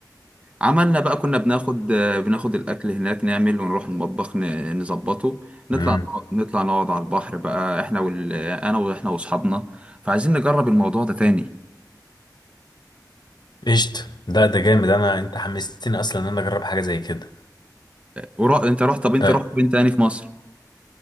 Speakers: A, on the right; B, on the left.
A: عملنا بقى كنا بناخد آه، بناخد الاكل هناك نعمل ونروح المطبخ ن- نظبطه نطلع
B: امم
A: نطلع نقعد على البحر بقى احنا وال... انا واحنا واصحابنا فعايزين نجرب الموضوع ده تاني
B: قشطة ده ده جامد أنا أنت حمستني أصلا إن أنا أجرب حاجة زي كده
A: ورا... انت رحت طب انت
B: طيب
A: رحت فين تاني في مصر